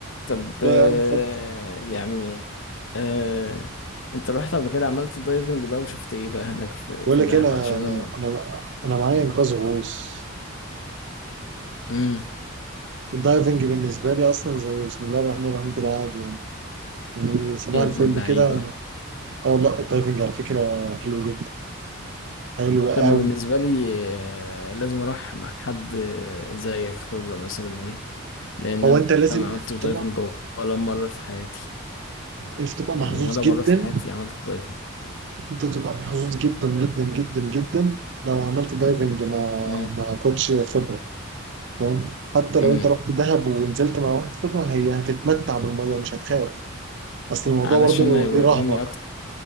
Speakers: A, on the left; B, on the right.
A: طب
B: لا
A: آه،
B: يا عم فك
A: يعني آه، أنت رحت قبل كده عملت دايفنج بقى وشفت إيه بقى هناك في,
B: بقول
A: في
B: لك
A: دهب
B: إيه، انا
A: عشان لما
B: انا انا معايا انقاذ غوص
A: مم،
B: الدايفنج بالنسبة لي أصلا زي بسم الله الرحمن الرحيم كده عادي يعني يعني صباح
A: يا
B: الفل
A: ابن اللعيبة
B: كده أه والله الدايفنج على فكرة حلو جدا حلو
A: لما
B: أوي
A: بالنسبة لي آه، لازم أروح مع حد آه، زيك خبرة مثلا إيه لأن
B: هو
A: أنا
B: أنت لازم
A: ما عملتش دايفنج
B: تبقى
A: ولا مرة في حياتي
B: مش تبقى
A: يعني
B: محظوظ
A: ولا
B: جدا
A: مرة في حياتي عملت دايفنج
B: أنت تبقى محظوظ جدا جدا جدا جدا لو عملت دايفنج مع
A: امم
B: مع كوتش خبرة فاهم حتى لو
A: امم
B: أنت رحت دهب ونزلت مع واحد خبرة هي هتتمتع بالمية مش هتخاف أصل الموضوع
A: علشان
B: برضه
A: هيوريني
B: ليه رهبة
A: أكتر